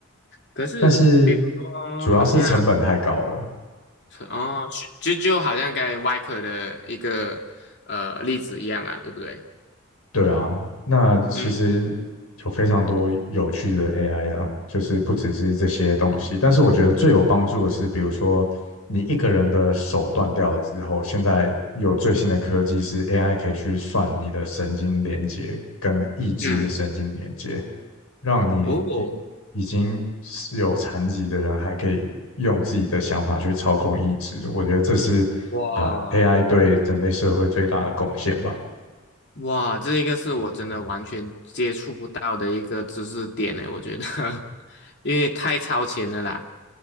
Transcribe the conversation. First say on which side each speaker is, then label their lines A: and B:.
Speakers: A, on the left; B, on the left.
A: 可是比如说，
B: 但是主要是成本太高了，
A: 好像哦，就就好像刚才外科的一个呃例子一样啦，对不对？
B: 对啊，那其实
A: 嗯
B: 有非常多有趣的 AI 啦，就是不只是这些东西，但是我觉得最有帮助的是，比如说你一个人的手断掉了之后，现在有最新的科技是 AI 可以去算你的神经连接跟意志的神经连接，
A: 嗯，
B: 让你已已经是有残疾的人还可以用自己的想法去操控意志，
A: 哦，
B: 我觉得这是呃
A: 哇。
B: AI 对人类社会最大的贡献吧。
A: 哇，这一个是我真的完全接触不到的一个知识点呢，我觉得，<laughs> 因为太超前了啦。